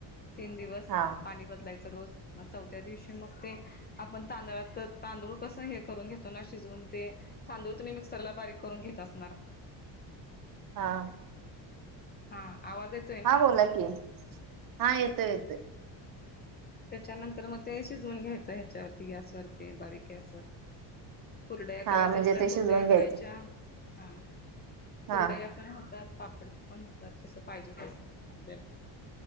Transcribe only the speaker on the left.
तीन दिवस.
पाणी बदलायच रोज म चौथ्या दिवशी मग ते आपण तांदळाच तांदूळ कसं हे कर रून घेतो ना शिजून ते तांदूळ तुम्ही मिक्सरला बारीक करून घेत असणारं.
<inaudible> ना
त्याच्यानंतर मग ते शिजवून घ्यायचं ह्याच्यावरती गॅस वरती बारीक गॅसवर. कुरडया करायच्या
असल्या
कुरडया
करायच्या
हा कुरडया
पण होतात, पापड पण होतात, कसं पाहिजे तसं. आपल्याला,